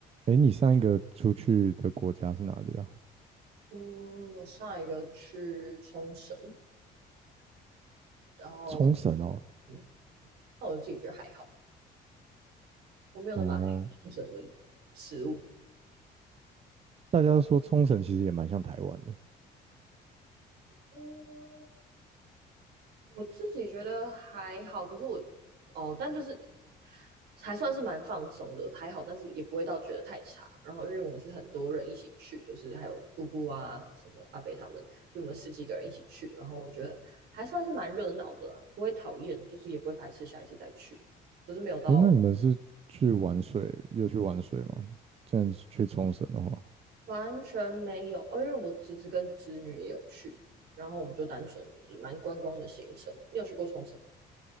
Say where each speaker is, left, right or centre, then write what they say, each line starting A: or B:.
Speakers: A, on the right; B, on the right.
A: 诶，你上一个出去的国家是哪里啊？
B: 嗯，我上一个去冲绳，然后
A: 冲绳哦，
B: 嗯，那我自己觉得还好，我没有那么爱冲绳的
A: 哦，
B: 食物。
A: 大家都说冲绳其实也蛮像台湾的。
B: 嗯，我自己觉得还好，可是我哦，但就是还算是蛮放松的，还好，但是也不会到觉得太差。然后因为我们是很多人一起去，就是还有姑姑啊、什么阿北他们，所以我们十几个人一起去，然后我觉得还算是蛮热闹的啦，不会讨厌，就是也不会排斥下一次再去，可是没有到
A: 诶，那你们是去玩水，有去玩水吗？这样子去冲绳的话，
B: 完全没有，哦，因为我侄子跟侄女也有去，然后我们就单纯就是蛮观光的行程。你有去过冲绳吗？